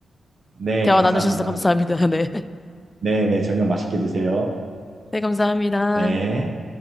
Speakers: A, on the right; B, on the left.
A: 네,
B: 대화
A: 감사합니다.
B: 나누셔서 감사합니다. <laughs> 네.
A: 네, 네, 저녁 맛있게 드세요.
B: 네, 감사합니다.
A: 네.